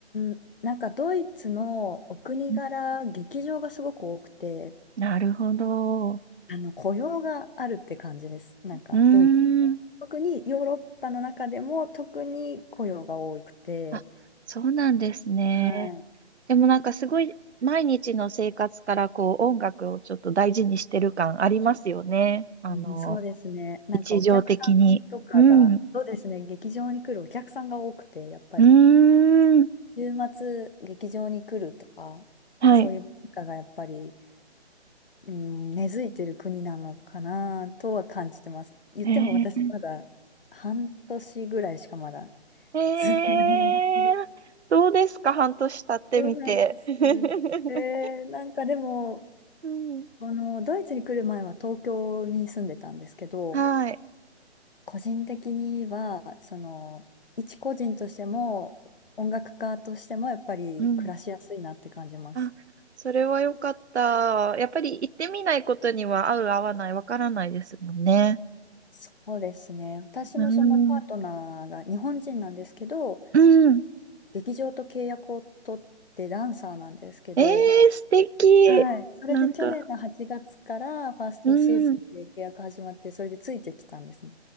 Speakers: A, on the left; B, on the right.
A: ん、なんかドイツのお国柄、
B: ん
A: 劇場がすごく多くて、
B: なるほど。う
A: あの雇用があるって感じです。なんかドイツは。
B: ーん。
A: 特にヨーロッパの中でも特に雇用が多くて、
B: あ、そうなんですね。
A: はい。
B: でもなんかすごい毎日の生活からこう音楽をちょっと大事にしてる感ありますよね。あの、
A: うん、そうですね。なんかお客さんとかが、
B: 日常的に。うん。う
A: そうですね、劇場に来るお客さんが多くて、やっぱり。
B: ーん。
A: 週末劇場に来るとか、
B: はい。
A: そういう文化がやっぱり、うん、根付いてる国なのかなとは感じてます。言っても私まだ半年ぐらいしかまだ
B: えー、えー、
A: 住んでないんですけど。
B: どうですか半年経ってみて。
A: そうなんです。
B: <laughs>
A: えーなんかでも、
B: うん。
A: このドイツに来る前は東京に住んでたんですけど、
B: はい。
A: 個人的には、その、一個人としても、音楽家としてもやっぱり暮らしやすいなって感じます。
B: うん。あ、それは良かった。やっぱり行ってみないことには合う合わないわからないですもんね。
A: そうですね。私もそのパートナーが日本人なんですけど、
B: うん。うん。
A: 劇場と契約を取ってダンサーなんですけど、
B: ええ素敵。
A: はい。それで去年の8月からファーストシーズンで契約始まって、
B: なんか、うん。
A: それでついてきたんですね。